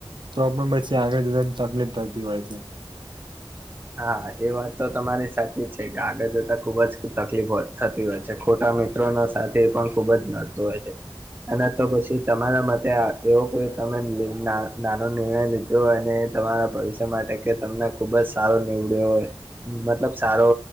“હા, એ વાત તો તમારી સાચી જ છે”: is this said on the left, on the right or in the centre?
Right